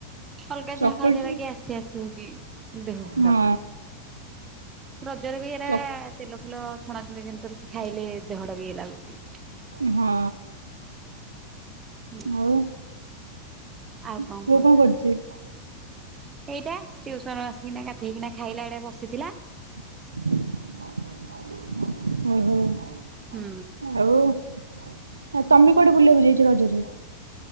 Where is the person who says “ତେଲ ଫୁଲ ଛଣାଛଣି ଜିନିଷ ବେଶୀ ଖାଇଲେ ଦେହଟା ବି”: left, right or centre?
Right